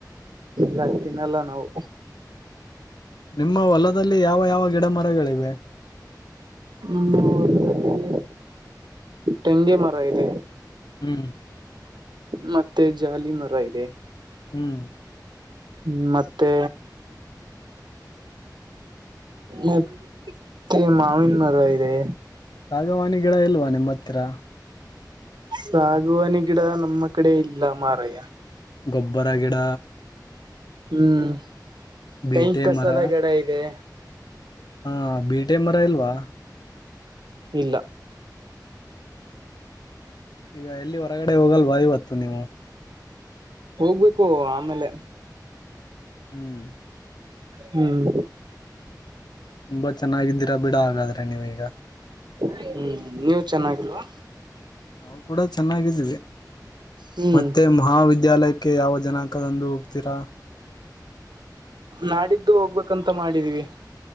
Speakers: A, on the right; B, on the left.
A: ರಕ್ತಿನಲ್ಲ ನಾವು
B: ನಿಮ್ಮ ಹೊಲದಲ್ಲಿ ಯಾವ ಯಾವ ಗಿಡ ಮರಗಳಿವೆ
A: ಹ್ಮ ಒಲ್ಲಿ ತೆಂಗೆ ಮರ ಇದೆ
B: ಹ್ಮ್
A: ಮತ್ತೆ ಜಾಲಿ ಮರ ಇದೆ
B: ಹ್ಮ್
A: ಹ್ಮ್ ಮತ್ತೆ ಮ ಅ ಮಾವಿನ ಮರ ಇದೆ
B: ಸಾಗವಾನಿ ಗಿಡ ಇಲ್ವಾ ನಿಮ್ಮ ಹತ್ತಿತ್ರ
A: ಸಾಗುವಾಣಿ ಗಿಡ ನಮ್ಮ ಕಡೆ ಇಲ್ಲ ಮಾರಯ್ಯ
B: ಗೊಬ್ಬರ ಗಿಡ
A: ಹ್ಮ್
B: ಬೀಟೆ
A: ಕೈ ಕಸದ
B: ಮರ
A: ಗಡ ಇದೆ
B: ಹಾ ಬಿ ಟೆ ಮರ ಇಲ್ವಾ
A: ಇಲ್ಲ
B: ಈಗ ಎಲ್ಲಿ ಹೊರಗಡೆ ಹೋಗಲ್ ಬಾಯಿ ಬತ್ತು ನೀವು
A: ಹೋಗ್ಬೇಕು ಆಮೇಲೆ
B: ಹ್ಮ್
A: ಹ್ಮ್
B: ತುಂಬಾ ಚೆನ್ನಾಗಿದ್ದೀರಾ ಬಿಡ ಹಾಗಾದ್ರೆ ನೀವೀಗ
A: ಹ್ಮ್ ನೀವ ಚೆನ್ನಾಗಿಲ್ವಾ
B: ನಾವು ಕೂಡ ಚೆನ್ನಾಗಿದ್ದೀವಿ
A: ಹ್ಮ್
B: ಮತ್ತೆ ಮಹಾವಿದ್ಯಾಲಯಕ್ಕೆ ಯಾವ ಜನಾಂಕದಂದು ಹೋಗ್ತೀರಾ
A: ನಾಡಿದ್ದು ಹೋಗ್ಬೇಕಂತ ಮಾಡಿದೀವಿ